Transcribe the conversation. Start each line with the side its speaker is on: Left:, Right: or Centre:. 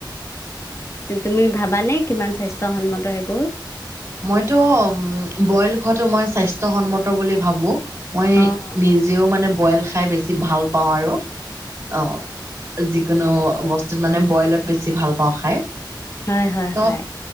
Left: তুমি ভাবানে কিমান স্বাস্থ্যসন্মত সেইবোৰ?
Right: মইতো বইল খোৱাটো মই স্বাস্থ্যয়সন্মত বুলি ভাবো। মই
Left: অ',
Right: নিজেও মানে বইল খাই বেছি ভাল পাওঁ আৰু। অ যিকোনো বস্তুত মানে বইলত বেছি ভাল পাওঁ খাই।
Left: হয়, হয়,
Right: ত
Left: হয়।